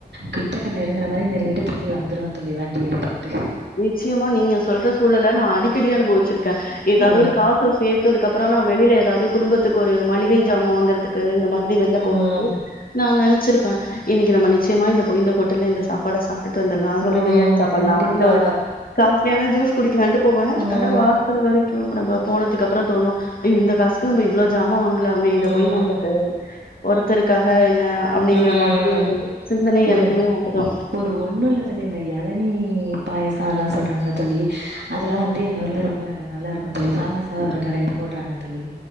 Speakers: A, on the right (about 80°); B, on the left (about 55°).
A: கிட்டக்க நெருங்கற மாரி நெருங்கிட்டு திரும்பி வந்துருவே தோழி வண்டி எடுத்துக்கிட்டு
B: நிச்சயிமா நீங்க சொல்ற சூழல நா அடிக்கடி அனுபவிச்சிருக்க ஏதாவது
A: ஆ
B: ஒரு காசு சேத்ததுக்கு அப்புறோ நா வெளியில ஏதாவது குடும்பத்துக்கு ஒரு மளிகை ஜாமான் வாங்குறதுக்கு இந்த மாரி வெள்ள
A: ம்
B: போம்போது நா நினைச்சிருப்பே இன்னைக்கு நம்ம நிச்சயமா இந்த போய் இந்த ஹோட்டல்ல இந்த சாப் பாட சாப்ட்டுட்டு வந்துடலா
A: ம்
B: ஒரு பிரியாணி சாப்டலா
A: கண்டிப்பா
B: இல்ல ஒரு காஸ்ட்லியான ஜூஸ் குடிக்கலான்டு போவே
A: ம்
B: கட வாசல் வரைக் நம்ப போனதுக்கு அப்புறோ தோணு ஐ இந்த காசுக்கு நம்ம இவ்ளோ ஜாமா லாமே
A: ம்
B: இத போய் நமக்கு ஒருத்தருக்காக என்ன அ அப்டிங்கற
A: ம்
B: மாதிரி ஒரு சிந்தனை
A: ஒரு
B: எனக்குமே வந்துடு
A: ஒரு ஒண்ணு இல்ல தோழி இந்த இளனி பாயாசொல்லா சொல்றாங்கள தோழி அதெல்லா வந்து எங்க ஊர்ல ரொம்ப நல்லா இருக்கு தோழி ஃபேமஸா ஒரு கடையில போடுறாங்க தோழி